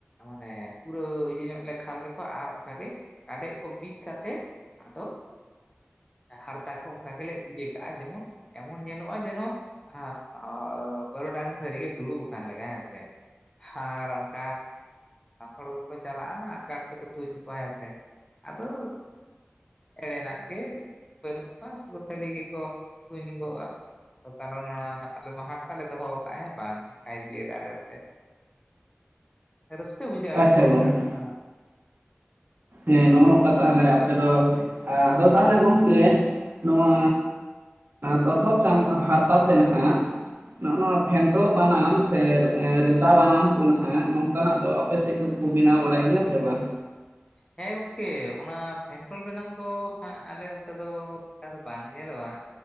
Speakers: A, on the left; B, on the right.
A: ᱢᱟᱱᱮ ᱯᱩᱨᱟᱹ ᱤᱭᱟᱹ ᱧᱚᱜ ᱞᱮ ᱠᱷᱟᱞ ᱠᱮᱹᱠᱚᱣᱟ ᱟᱨ ᱚᱱᱠᱟ ᱜᱮ ᱠᱟᱰᱮᱡ ᱠᱚ ᱵᱤᱫ ᱠᱟᱛᱮᱫ ᱟᱫᱚ ᱦᱟᱨᱛᱟ ᱠᱚ ᱚᱱᱠᱟ ᱜᱮᱞᱮ ᱤᱭᱟᱹ ᱠᱟᱜᱼᱟ ᱡᱮᱢᱚᱱ ᱮᱢᱚᱱ ᱧᱮᱞᱚᱜᱼᱟ ᱡᱮᱱᱚ᱾ ᱦᱮᱸᱟ ᱵᱟᱨᱩᱵᱟᱝ ᱥᱟᱹᱨ ᱜᱮ ᱫᱩᱲᱩᱹᱵ ᱟᱠᱟᱱ ᱞᱮᱠᱟ ᱦᱚᱸ ᱥᱮ ᱦᱸ ᱟᱨ ᱚᱱᱠᱟ ᱦᱚᱲ ᱠᱚᱠᱚ ᱪᱟᱞᱟᱜᱼᱟ ᱜᱟᱴ ᱛᱮᱠᱚ ᱛᱩᱧ ᱠᱚᱣᱟ ᱦᱮᱸ ᱥᱮ ᱟᱫᱚ ᱮᱲᱮᱱᱟᱜ ᱜᱮ ᱵᱟᱹᱱᱩᱜ ᱠᱚᱣᱟ ᱥᱩᱫᱩ ᱠᱷᱟᱹᱞᱤ ᱜᱮᱠᱚ <unintelligible> ᱠᱩᱣᱚᱜᱼᱟ ᱠᱟᱨᱚᱱ ᱟᱞᱮ ᱢᱟ ᱦᱟᱨᱛᱟ ᱞᱮ ᱫᱚᱦᱚ ᱟᱠᱟᱫᱼᱟ ᱦᱮᱸ ᱵᱟᱝ ᱚᱱᱠᱟᱭ ᱜᱮᱭᱟᱹᱞᱮ ᱟᱞᱮ ᱱᱚᱛᱮ ᱨᱟᱹᱥᱠᱟᱹ ᱵᱩᱡᱷᱟᱹᱜᱼᱟ
B: ᱟᱪᱪᱷᱟ
A: ᱜᱚᱝᱹᱠᱮ
B: ᱜᱚᱝᱠᱮ
A: ᱚᱱᱠᱟ ᱫᱚ ᱦᱮᱸ
B: ᱦᱮᱸ ᱱᱚᱜᱼᱚ ᱱᱚᱝᱠᱟ ᱛᱟᱦᱚᱞᱮ ᱟᱯᱮ ᱫᱚ ᱟᱫᱚ ᱛᱟᱦᱚᱞᱮ ᱜᱚᱝᱠᱮ ᱱᱚᱣᱟ ᱛᱚᱨᱦᱚᱫ ᱪᱟᱢ ᱦᱟᱨᱛᱟ ᱛᱮ ᱱᱟᱦᱟ-ᱜ ᱱᱚᱜᱼᱚ ᱱᱚᱣᱟ ᱯᱷᱮᱱᱴᱚᱲ ᱵᱟᱱᱟᱢ ᱥᱮᱨ ᱮᱨ ᱨᱮᱛᱟ ᱵᱟᱱᱟᱢ ᱠᱚ ᱱᱟᱦᱟᱜ ᱱᱚᱝᱼᱠᱟᱱᱟᱜ ᱫᱚ ᱟᱯᱮ ᱥᱮᱫ ᱫᱚ ᱠᱚ ᱵᱮᱱᱟᱣ ᱵᱟᱲᱟ-ᱭ ᱜᱮᱭᱟ ᱥᱮ ᱵᱟᱝ
A: ᱦᱮᱸ ᱜᱚᱝᱠᱮ ᱚᱱᱟ ᱯᱮᱱᱴᱚᱞ ᱵᱟᱱᱟᱢ ᱫᱚ ᱦᱟᱸᱜ ᱟᱞᱮ ᱱᱚᱱᱛᱮ ᱫᱚ ᱚᱱᱠᱟ ᱫᱚ ᱵᱟᱝ ᱧᱮᱞᱚᱜᱼᱟ